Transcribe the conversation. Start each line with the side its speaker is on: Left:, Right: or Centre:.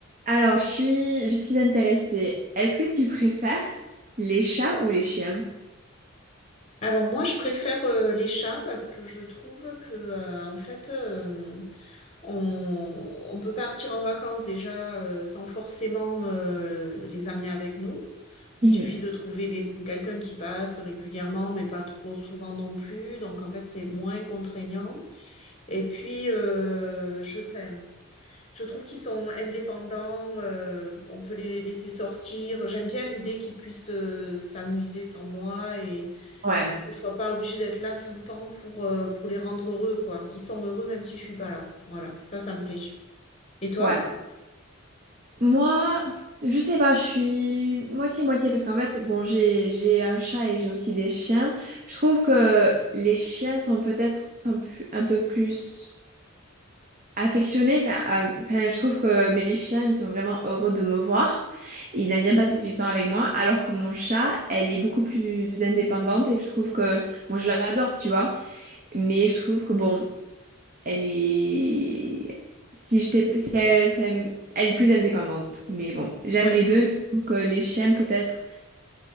Right: Alors, je suis, je suis intéressée. Est-ce que tu préfères les chats ou les chiens?
Left: Alors moi, je préfère euh, les chats parce que je trouve que euh, en fait, euh, on, on peut partir en vacances déjà euh, sans forcément euh, les amener avec nous. Il
Right: Mhm.
Left: suffit de trouver des, quelqu'un qui passe régulièrement, mais pas trop souvent non plus. Donc en fait, c'est moins contraignant. Et puis, euh, je, enfin, je trouve qu'ils sont indépendants. euh, on peut les laisser sortir. J'aime bien l'idée qu'ils puissent euh, s'amuser sans moi
Right: Ouais,
Left: et que je sois pas obligée d'être là tout le temps pour, euh, pour les rendre heureux, quoi. Ils sont heureux même si je suis pas là. Voilà, ça, ça me plaît. Et toi?
Right: ouais. Moi, je sais pas, je suis moitié-moitié parce qu'en fait, bon, j'ai, j'ai un chat et j'ai aussi des chiens. Je trouve que les chiens sont peut-être un, plus- un peu plus affectionnés. Enfin, euh, enfin, je trouve que mes chiens, ils sont vraiment heureux de me voir. Ils aiment bien passer du temps avec moi, alors que mon chat, elle est beaucoup plus indépendante et je trouve que, bon, je l'adore, tu vois. Mais je trouve que bon, elle est. Si je t'ai. si, euh, si elle, ça me- Elle est plus indépendante. Mais bon, j'aime
Left: Ouais.
Right: les deux. Mais je trouve que les chiens, peut-être,